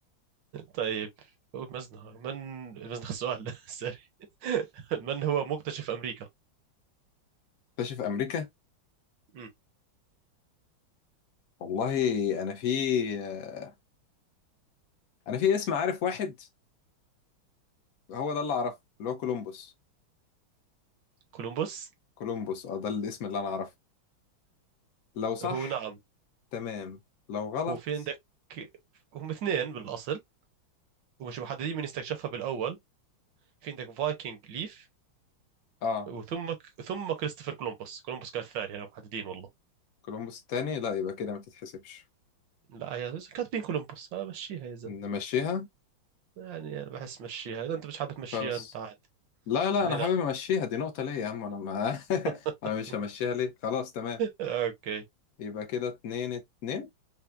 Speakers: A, on the right; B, on the left.
A: طيب هو مزنخ من مزنخ السؤال <laughs> سوري من هو مكتشف أمريكا؟
B: اكتشف امريكا
A: مم.
B: والله انا في آه، انا في اسم عارف واحد هو ده اللي اعرفه اللي هو كولومبوس
A: كولومبوس
B: كولومبوس اه ده الاسم اللي انا اعرفه لو صح
A: هو نعم
B: تمام لو غلط
A: هو في عندك هم اثنين بالأصل ومش محددين من استكشفها بالأول في عندك فايكنج ليف
B: اه
A: وثم ثم كريستوفر كولومبوس كولومبوس كان الثاني يعني محددين والله
B: كولومبوس التاني لا يبقى كده ما تتحسبش
A: لا يا زلمة كاتبين كولومبوس آه، مشيها يا زلمة
B: نمشيها
A: يعني أنا بحس مشيها إذا أنت مش حابب تمشيها
B: خلاص
A: أنت عاد
B: لا لا
A: اثنين
B: انا حابب امشيها دي نقطة ليا يا عم انا ما <laughs>
A: <laughs>
B: انا مش همشيها ليه خلاص تمام
A: اوكي
B: يبقى كده اتنين اتنين